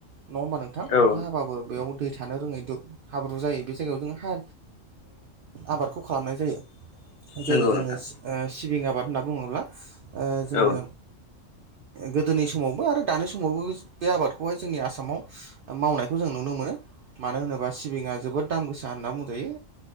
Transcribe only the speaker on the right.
नङा होमबा नोंथां
अखा हाबाबो। बेयाव दै थानो रोङै हाब्रु जायो बे जायगायाव जों हा। आबादखौ खालामनाय जायो। जेरै
जोङो
सिबिं आबाद होनना बुङोब्ला जोङो।
गोदोनि समावबो आरो दानि समावबो बे आबादखौहाय जोंनि आसामाव मावनायखौ जों। नुनो मोनो मानो होनोबा सिबिं जोबोद दाम गोसा होनना बुंजायो।